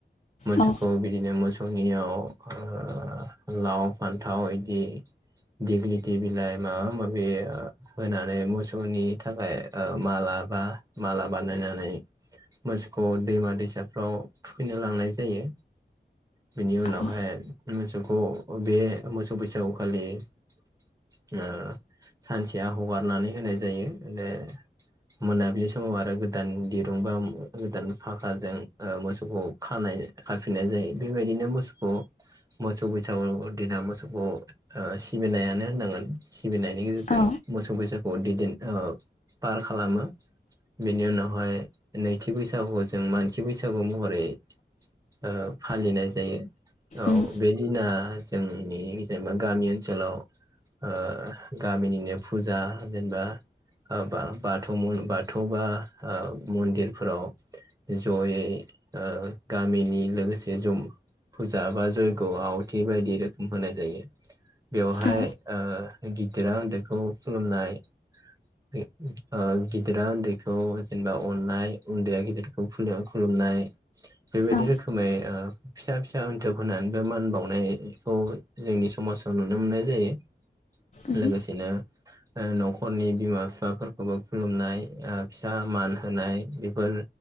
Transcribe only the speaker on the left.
औ
औ
औ
उम
औ
औ
उम